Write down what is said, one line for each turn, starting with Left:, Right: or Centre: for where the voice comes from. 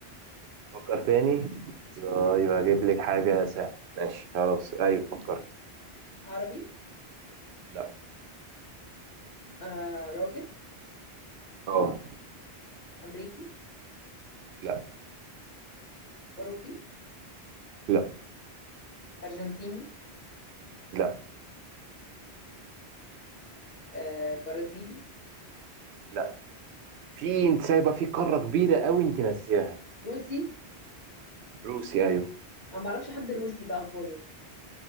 Right: فكر تاني طيب هجيب لك حاجه سهله ماشي خلاص ايوه فكرت
Left: عربي
Right: لا
Left: آه راجل
Right: اه
Left: امريكي
Right: لا
Left: اوروبي
Right: لا
Left: ارجنتيني
Right: لا
Left: آه برازيلي
Right: لا في انت سايبه في قاره كبيره قوي انت ناسياها
Left: روسي
Right: روسي ايوه
Left: انا ما اعرفش حد روسي بقى خالص